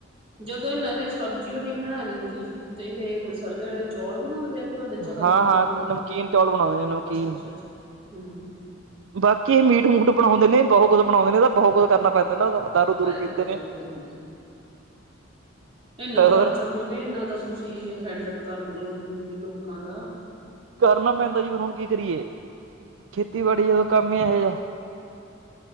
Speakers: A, on the right; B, on the right.
A: ਜਦੋਂ ਏਨਾਂ ਨੇ, ਸਬਜ਼ੀ ਓ ਨੀ ਬਣਾਣੀ ਗੀ ਤੇ ਏਹ ਮਸਾਲੇ ਆਲੇ ਚੌਲ ਬਣਾਂਦੇ ਆ ਕਿ ਓਦੇ ਚ ਹਲਦੀ
B: ਹਾਂ ਹਾਂ
A: ਪਾਂਦੇ ਨੇ।
B: ਨਮਕੀਨ ਚੌਲ ਬਣਾਉਂਦੇ ਨੇ ਨਮਕੀਨ
A: ਅੱਛਾ ਅੱਛਾ ਅੱਛਾ ਹੁਂ ਹੁਂ।
B: ਬਾਕੀ ਏ ਮੀਟ- ਮੂਟ ਬਣਾਉਦੇ ਨੇ ਬੋਹ ਕੁਛ ਬਣਾਉਂਦੇ ਨੇ, ਏਦਾਂ ਬੋਹ ਕੁਝ ਕਰਨਾ ਪੈਂਦਾ ਨਾ ਐਦਾ। ਦਾਰੂ ਦੂਰੂ
A: ਹਾਏ
B: ਪੀਂਦੇ
A: ਹਾਏ
B: ਨੇ।
A: ਗੰਦੇ ਇੰਨਾ
B: ਹੋਰ।
A: ਖਰਚਾ ਕਿਵੇਂ ਏਨਾਂ ਦਾ ਤੁਸੀਂ ਹੈਂਡਲ ਕਰਦੇ ਹੋ ਵੀਹ ਵੀਹ ਲੋਕਾਂ ਦਾ।
B: ਕਰਨਾ ਪੈਂਦਾ ਜੀ ਫੇਰ ਹੁਣ ਕੀ ਕਰੀਏ ਖੇਤੀਬਾੜੀ ਜਦੋਂ ਕੰਮ ਈ ਐਹੇ ਜਾ।